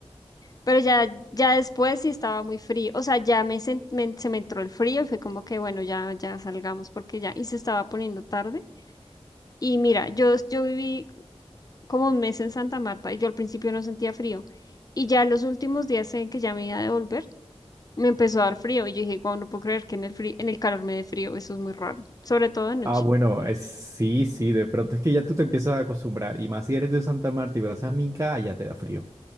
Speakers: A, on the left; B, on the right.
A: Pero ya, ya después sí estaba muy frío. O sea, ya me, sen- me- se me entró el frío y fue como que, bueno, ya, ya salgamos porque ya, y se estaba poniendo tarde. Y mira, yo, yo viví como un mes en Santa Marta y yo al principio no sentía frío. Y ya los últimos días en que ya me iba a devolver me empezó a dar frío y yo dije, wow, no puedo creer que en el frío, en el calor me dé frío, eso es muy raro, sobre todo de noche.
B: Ah, bueno, es, sí, sí, de pronto es que ya tú te empiezas a acostumbrar, y más si eres de Santa Marta y vas a Minca, allá te da frío.